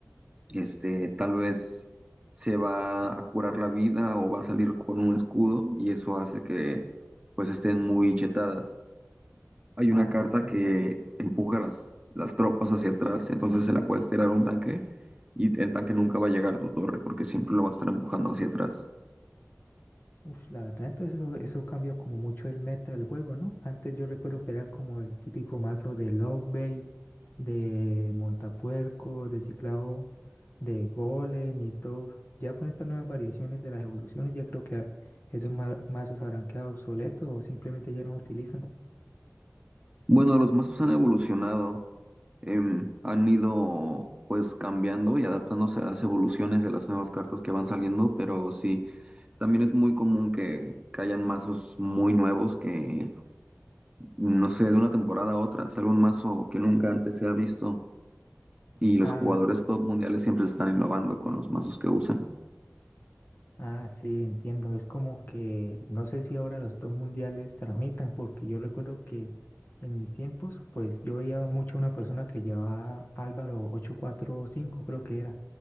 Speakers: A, on the right; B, on the left.
A: este, tal vez se va a curar la vida o va a salir con un escudo y eso hace que pues estén muy chetadas hay
B: Ah,
A: una carta
B: claro.
A: que empuja las, las tropas hacia atrás, entonces se la puedes tirar a un tanque y el tanque nunca va a llegar a tu torre porque siempre lo va a estar empujando hacia atrás.
B: Uf, la verdad, entonces eso, eso cambia como mucho el meta del juego, ¿no? Antes yo recuerdo que era como el típico mazo de Love Bait, de Montapuerco, de Ciclado, de Golem y todo. Ya con estas nuevas variaciones de las evoluciones, ya creo que esos ma- mazos habrán quedado obsoletos o simplemente ya no se utilizan.
A: Bueno, los mazos han evolucionado, em, han ido pues cambiando y adaptándose a las evoluciones de las nuevas cartas que van saliendo, pero sí, también es muy común que, que hayan mazos muy nuevos que, no sé, de una temporada a otra sale un mazo que nunca antes se ha visto y los
B: Ah.
A: jugadores top mundiales siempre están innovando con los mazos que usan.
B: Ah, sí, entiendo. Es como que no sé si ahora los dos mundiales transmitan, porque yo recuerdo que en mis tiempos, pues yo veía mucho una persona que llevaba Álvaro ocho cuatro cinco, creo que era,